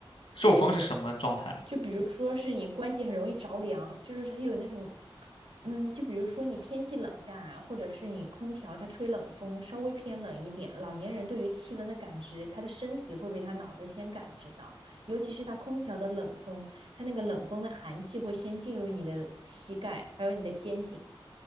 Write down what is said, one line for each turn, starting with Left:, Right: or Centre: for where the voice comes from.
Left: 受风是什么状态？
Right: 就比如说是你关节很容易着凉，就是它有那种，嗯，就比如说你天气冷下来，或者是你空调它吹冷风稍微偏冷一点，老年人对于气温的感知，他的身体会比他脑子先感知到，尤其是他空调的冷风，他那个冷风的寒气会先进入你的膝盖，还有你的肩颈。